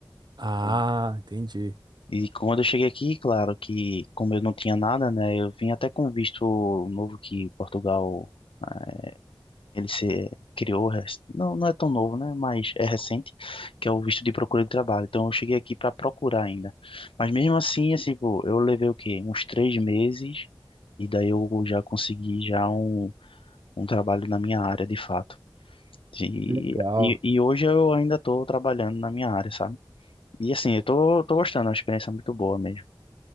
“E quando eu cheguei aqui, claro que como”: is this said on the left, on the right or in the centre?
Left